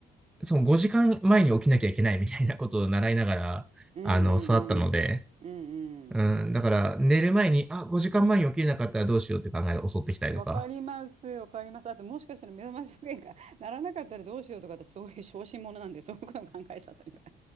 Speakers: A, in the centre; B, on the right.
A: その5時間前に起きなきゃいけないみたいなことを習いながら、
B: うんうんうん。
A: あの、育ったので、
B: うんうん。
A: うん、だから寝る前に、あ、5時間前に起きれなかったらどうしようって考えが襲ってきたりとか。
B: わかります、わかります。あと、もしかしたら目覚まし時計が <laughs> ならなかったらどうしようとか、私、そういう小心者なんで、そういうことも考えちゃったりとか